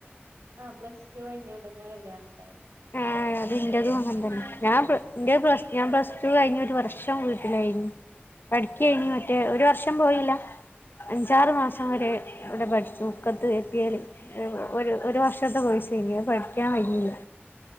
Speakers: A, on the right; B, on the left.
A: ആഹ് പ്ലസ് ടു കഴിഞ്ഞ കൊണ്ടുന്ന കല്യാണ ഉണ്ടായി
B: ആഹ് അതിന്റെതും
A: പിന്നെ
B: അങ്ങന
A: ഇങ്ങനെ
B: തന്നെ ഞാൻ ഇന്റെ പ്ലസ് ഞാൻ പ്ലസ് ടു കഴിഞ് ഒരുവർഷം വീട്ടിലായിരുന്നു പഠിക്കേനി
A: ഉം
B: മറ്റേ ഒരു വർഷം പോയീല്ല അഞ്ചാറ് മാസംവരെ വ്ടെ പഠിച്ചു മുക്കത്ത് കെ പി എല് ഒരു ഒരു വർഷത്തെ കോയിസേനി അത് പഠിക്കാൻ കയിഞീല്ല